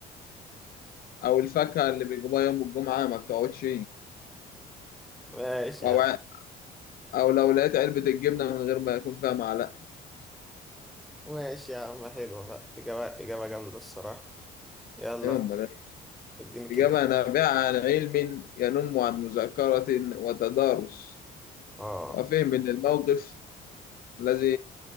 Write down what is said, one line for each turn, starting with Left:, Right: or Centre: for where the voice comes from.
Left: أو الفاكهة اللي بيجيبوها يوم الجمعة ما بتقعدش
Centre: ماشي
Left: أو
Centre: يا
Left: ع-
Centre: عم
Left: أو لو لقيت علبة الجبنة من غير ما يكون فيها معلقة
Centre: ماشي يا عم حلوة لا إجابة إجابة جامدة الصراحة يلا
Left: إيه أمال إيه؟
Centre: اديني كده
Left: إجابة نابعة عن علم ينم عن مذاكرة وتدارس
Centre: اه
Left: وفهم من الموقف الذي